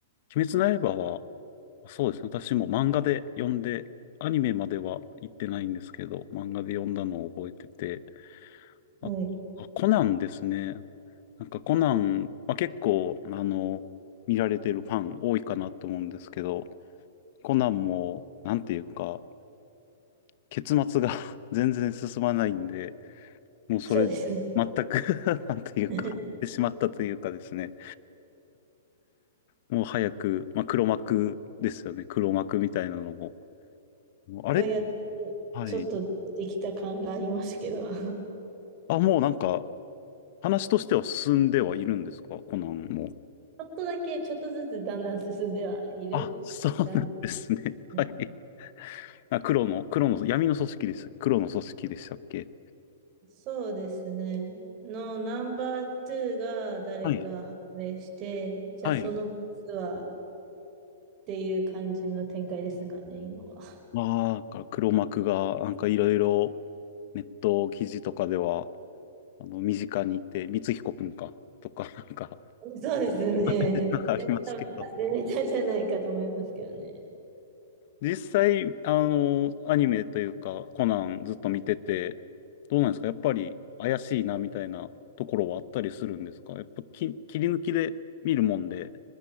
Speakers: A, on the left (about 55°); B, on the right (about 35°).
A: 鬼滅の刃は、そうですね。私も漫画で読んで、アニメまでは行ってないんですけど、漫画で読んだのを覚えてて。
B: はい。
A: あ、あコナンですね。なんかコナン、まあ、結構、あの、見られてるファン多いかなと思うんですけど、コナンも、なんていうか、結末が <laughs> 全然進まないんで、もうそれ、
B: そうですね。
A: 全く <laughs> なんていうか、
B: <laughs>
A: <laughs> 終わってしまったというかですね。もう早く、まあ、黒幕ですよね。黒幕みたいなのも。もうあれ
B: がやっと、
A: はい。
B: ちょっとできた感がありますけど、<laughs> ち
A: あ、もうなんか、話としては進んではいるんですかコナンも。
B: ょっとだけ、ちょっとずつだんだん進んではいる
A: あ、そうなんですね。
B: 感じで
A: <laughs>
B: すね。
A: はい。
B: <laughs>
A: あ、黒の、黒の、闇の組織でした。黒の組織でしたっけ
B: そうですね。のナンバー2が誰か判明して、
A: はい。
B: じゃあそのボスはっ
A: はい。
B: ていう感じの展開ですかね、今は。
A: まあ、だから黒幕が、なんかいろいろネット記事とかでは、あの、身近にいて、光彦くんか、とか、なんか、
B: そうですね。
A: <laughs>
B: ね
A: なんかありますけど。
B: 多分達ネタじゃないかと思いますけどね。
A: 実際、あの、アニメというか、コナンずっと見てて、どうなんですかやっぱり怪しいなみたいなところはあったりするんですかやっぱき切り抜きで見るもんで、